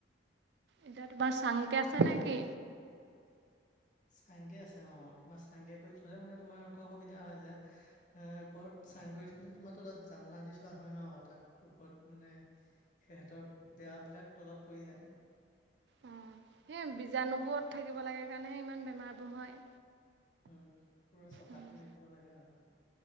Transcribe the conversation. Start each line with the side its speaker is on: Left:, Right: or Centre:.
Right: এতিয়া তোমাৰ চাংকে আছে নেকি
Left: চাংগে আছে অ তোমাৰ চাংগে কৰি থলে মানে তোমাৰ এনেকুৱা সুবিধা হয় যায় এ ওপৰত চাং কৰি থলে তোমাৰ তলত জানলা দি থোৱা হয় ন তাত ওপৰত মানে সিহঁতৰ বেয়া বিলাক তলত পৰি যায়
Right: অ' সেই বীজাণুবোৰত থাকিব লাগে কাৰণেহে ইমান বেমাৰবোৰ হয়
Left: উম পুৰা চাফা
Right: উম,
Left: কৰি ৰাখিব লাগে আৰু